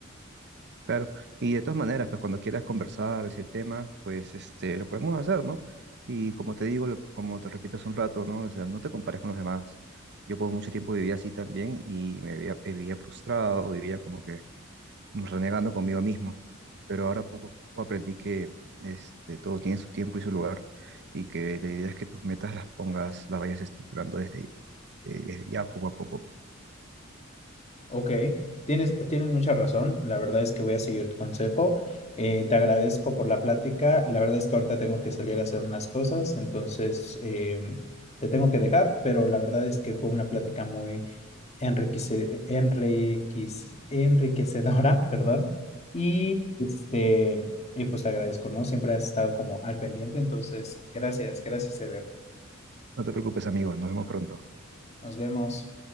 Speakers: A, on the right; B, on the left.
A: Claro, y de todas maneras, pues cuando quieras conversar ese tema, pues este, lo podemos hacer, ¿no? Y como te digo, lo- como te repito hace un rato, ¿no? O sea, no te compares con los demás. Yo por mucho tiempo vivía así también y me vivía, vivía frustrado, vivía como que renegando conmigo mismo. Pero ahora poco a poco aprendí que este, todo tiene su tiempo y su lugar y que la idea es que tus metas las pongas, las vayas estructurando desde, eh, desde ya poco a poco.
B: Ok, tienes, tienes mucha razón. La verdad es que voy a seguir tu consejo. Eh, te agradezco por la plática. La verdad es que ahorita tengo que salir a hacer unas cosas, entonces eh, te tengo que dejar, pero la verdad es que fue una plática muy enriquece- enriquis- enriquecedora, <laughs> perdón. Y, este, y pues te agradezco, ¿no? Siempre has estado como al pendiente, entonces gracias, gracias, Eder.
A: No te preocupes, amigo, nos vemos pronto.
B: Nos vemos.